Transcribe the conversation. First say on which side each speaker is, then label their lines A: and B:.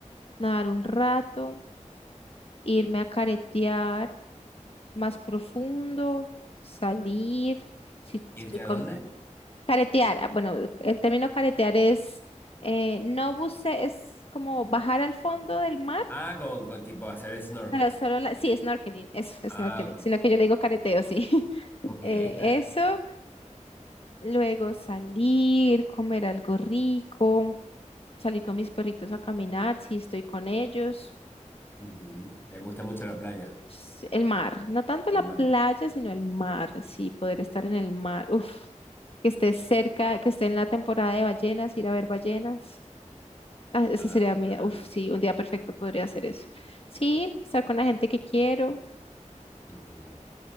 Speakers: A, on the left; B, on the left.
A: nadar un rato, irme a caretear más profundo, salir, si estoy
B: ¿Irte
A: con...
B: a dónde?
A: Caretear, ah, bueno, el término caretear es, eh, no buce, es como bajar al fondo del mar,
B: Ah, con, con tipo hacer snorkel.
A: pero solo la... Sí, snorkeling, eso,
B: Ah,
A: snorkeling,
B: ok.
A: sino que yo le digo careteo, sí. <laughs>
B: Ok.
A: eh,
B: <laughs>
A: eso, luego salir, comer algo rico, salir con mis perritos a caminar, si estoy con ellos.
B: Ujú. ¿Te gusta mucho la playa?
A: S- El mar, no tanto
B: El
A: la playa,
B: mar.
A: sino el mar, sí, poder estar en el mar. Uf, que esté cerca, que esté en la temporada de ballenas, ir a ver ballenas. Ah, ese
B: Ah,
A: sería mi,
B: ah,
A: uf, sí, un día perfecto podría hacer eso. Sí, estar con la gente que quiero,
B: ujú.